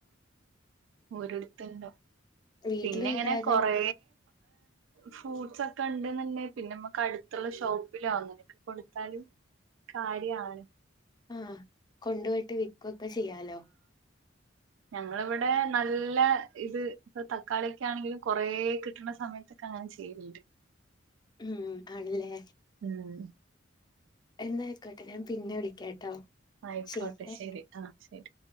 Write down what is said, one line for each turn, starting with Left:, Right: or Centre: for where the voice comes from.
Right: ഓരൊട്ത്ത് ഇണ്ടോ
Left: വീട്ടില്
Right: പിന്നെ ഇങ്ങനെ
Left: ഡ്രാഗൻ
Right: കൊറേ ഫ്രൂട്ട്സ് ഒക്കെ ഉണ്ട്ന്ന് ഇണ്ടെങ്കി പിന്നെ നമുക്ക് അടുത്തുള്ള ഷോപ്പില് വാങ്ങും കൊടുത്താലും കാര്യാണ്
Left: ആ കൊണ്ട് പോയിട്ട് വിക്കൊക്കെ ചെയ്യാലോ
Right: ഞങ്ങള് ഇവിടെ നല്ല ഇത് ഇപ്പ തക്കാളിക്കാണെങ്കിലും കൊറേ കിട്ട്ണ സമയത്തൊക്കെ അങ്ങനെ ചെയ്തിര്ന്നു
Left: ഉം ആണല്ലേ
Right: ഉം
Left: എന്നാ അയിക്കോട്ടെ ഞാൻ പിന്നെ വിളിക്കാട്ടോ
Right: ആയിക്കോട്ടെ
Left: ശരിയേ
Right: ശരി ആ ശരി